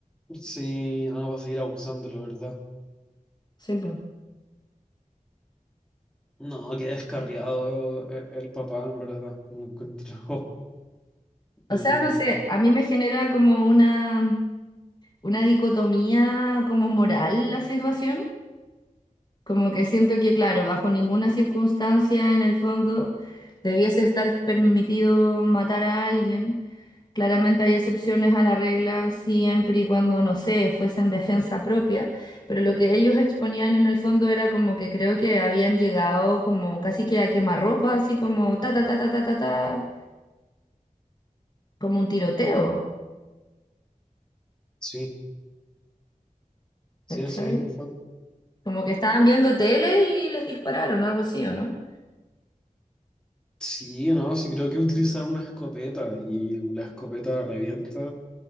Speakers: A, in the centre; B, on the left.
A: Sí, ah, va a seguir abusando, la verdad.
B: Sí,
A: No, qué descarriado eh, el papá, en verdad. Lo encuentro, <laughs> lo
B: O
A: encuentro.
B: sea, no sé, a mí me genera como una, una dicotomía como moral la situación, como que siento que, claro, bajo ninguna circunstancia en el fondo debiese estar permitido matar a alguien. Claramente hay excepciones a la regla siempre y cuando, no sé, fuese en defensa propia, pero lo que ellos exponían en el fondo era como que creo que habían llegado como casi que a quemarropa, así como ta ta ta ta ta ta ta, como un tiroteo,
A: Sí, sí,
B: ¿cachai?
A: así mismo fue.
B: Como que estaban viendo tele y les dispararon, algo así, ¿o no?
A: Sí, no, sí creo que utilizar una escopeta y la escopeta revienta.